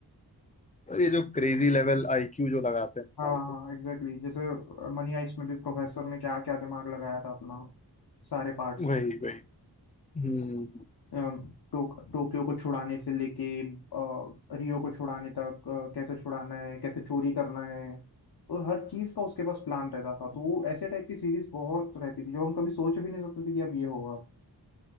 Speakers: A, on the left; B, on the left.
A: तो ये जो क्रेजी लेवल आईक्यू जो लगाते हैं
B: हाँ
A: भाई लोग,
B: हाँ एग्जैक्टली exactly. जैसे मनी हाइस्ट में भी प्रोफेसर ने क्या क्या दिमाग लगाया था अपना सारे पार्ट्स
A: वही वही हम्म
B: टोक टोक्यो को छुड़ाने से लेके अ, रियो को छुड़ाने तक अ, कैसे छुड़ाना है कैसे चोरी करना है और हर चीज का उसके पास प्लान रहता था तो वो ऐसे टाइप की सीरीज बहुत रहती थी जो हम कभी सोच भी नहीं सकते थे कि अब ये होगा